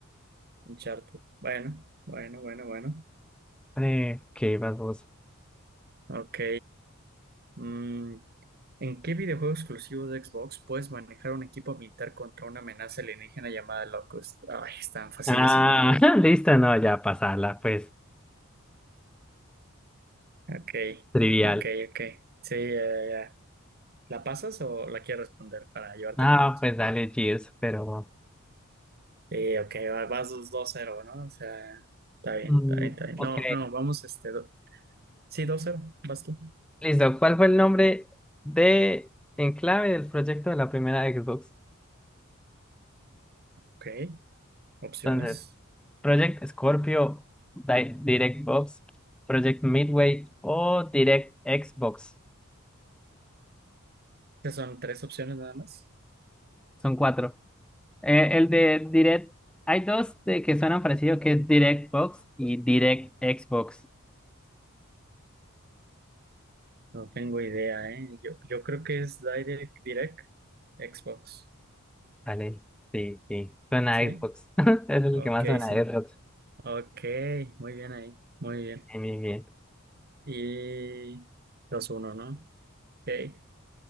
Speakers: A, on the right; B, in the centre.
A: Uncharted. Bueno, bueno, bueno, bueno.
B: Eh, ¿qué vas vos?
A: Ok. Mm, ¿En qué videojuego exclusivo de Xbox puedes manejar un equipo militar contra una amenaza alienígena llamada Locust? Ay, están facilísimas
B: Ah,
A: esas.
B: <laughs> listo, no, ya pasala, pues
A: Ok,
B: trivial.
A: ok, ok. Sí, ya, ya. ¿La pasas o la quieres responder para llevarte
B: Ah,
A: el punto?
B: pues dale, Gears, pero...
A: Sí, ok, va- vas dos- 2-0, ¿no? O sea, está bien,
B: Mm,
A: está bien, está bien.
B: ok.
A: No, no, vamos, este, do- sí, dos cero, vas tú.
B: Listo, ¿cuál fue el nombre de enclave del proyecto de la primera Xbox?
A: Ok, opciones.
B: Entonces, Project Scorpio, Di- DirectBox, Project Midway o Direct Xbox.
A: Estas son tres opciones nada más.
B: Son cuatro. Eh, el de Direct, hay dos de que suenan parecido que es DirectBox y Direct Xbox.
A: No tengo idea, ¿eh? Yo, yo creo que es Direct, Direct, Xbox,
B: Vale, sí, sí, suena
A: ¿sí?
B: a Xbox. <laughs> Es el
A: Ok,
B: que más suena
A: sí.
B: a Xbox.
A: Ok, muy bien ahí. Muy bien.
B: Bien, bien, bien.
A: Y dos uno ¿no? Ok.